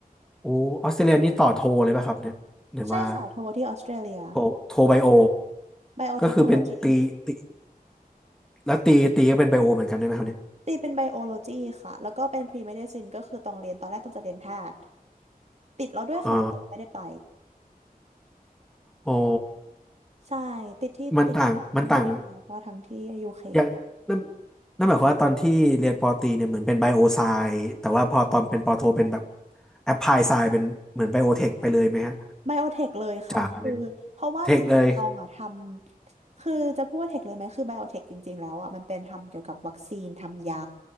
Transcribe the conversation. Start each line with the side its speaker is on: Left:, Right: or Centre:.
Centre: โอ้ออสเตรเลียนี่ต่อโทเลยป่ะครับเนี่ยหรือว่า
Right: ใช่ค่ะโทที่ออสเตรเลีย
Centre: โทโทไบโอ
Right: ไบโอเทคโนโลยี
Centre: ก็คือเป็นตีตีแล้วตีตีก็เป็นไบโอเหมือนกันได้ไหมครับเนี่ย
Right: ตีเป็นไบโอโลจีค่ะ แล้วก็เป็นพรีเมดิซินก็คือตองเรียนตอนแรกตองจะเรียนแพทย์ติดแล้วด้วยค่ะแต่ว่าไม่ได้ไป
Centre: อ๋อโอ้
Right: ใช่ติดที่ติดที่ทั้งอเมริกาก็ทั้งที่ยูเค
Centre: มันต่างมันต่างอย่างนั่นนั่นหมายความว่าตอนที่เรียนปอตรีเนี่ยเหมือนเป็นไบโอไซแต่ว่าพอตอนเป็นปอโทเป็นแบบแอปพลายไซเป็นเหมือนไบโอเทคไปเลยไหมฮะ
Right: ไบโอเทคเลยค่ะคือเพราะว่าจริงๆตองอ่ะท
Centre: จ๋าเลยเทคเลย
Right: ำคือจะพูดว่าเทคเลยไหมคือไบโอเทคจริงๆแล้วอ่ะมันเป็นทำเกี่ยวกับวัคซีนทำยา